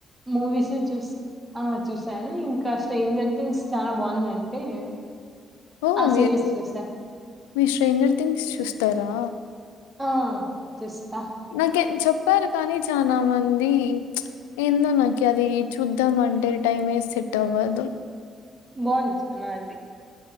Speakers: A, on the right; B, on the left.
A: మూవీస్ చూస్ ఆ చూసాను ఇంకా స్ట్రేంజర్ థింగ్స్ చాలా బాగుందంటే
B: ఓ
A: ఆ
B: మీర్
A: సిరీస్ చూసా
B: మీరు స్ట్రెంజర్ థింగ్స్ చూస్తారా
A: ఆ చూస్తా
B: నాకె చెప్పారు కానీ చాలా మంది ఎందో నాకి అది చూద్దామంటే టైం ఏ సెట్ అవ్వదు
A: బా ఉంది సినిమా అది